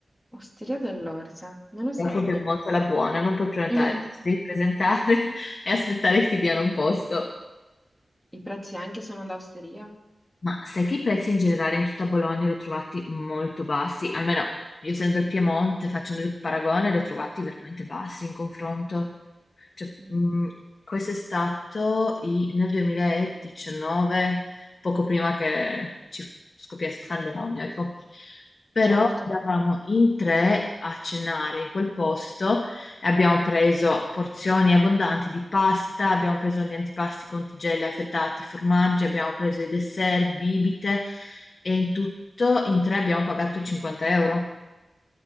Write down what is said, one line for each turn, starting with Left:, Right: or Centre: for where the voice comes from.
Centre: Osteria dell'Orsa, me lo segno.
Left: però proprio molto alla buona, non puoi prenotare,
Centre: Mm, mm.
Left: ti devi presentare <laughs> e aspettare che ti diano un posto.
Centre: I prezzi anche sono da osteria?
Left: Ma sai che i prezzi in generale in tutta Bologna li ho trovati molto bassi, almeno io essendo il Piemonte, facendo il paragone, li ho trovati veramente bassi in confronto. Cioè,
Centre: Mm,
Left: mh, questo è stato i- nel 2019, poco prima che ci scoppiasse la pandemia, ecco. Però
Centre: Certo.
Left: eravamo in tre a cenare in quel posto e abbiamo preso porzioni abbondanti di pasta, abbiamo preso gli antipasti con tigelle affettati, formaggi, abbiamo preso i dessert, bibite e in tutto in tre abbiamo pagato 50 euro,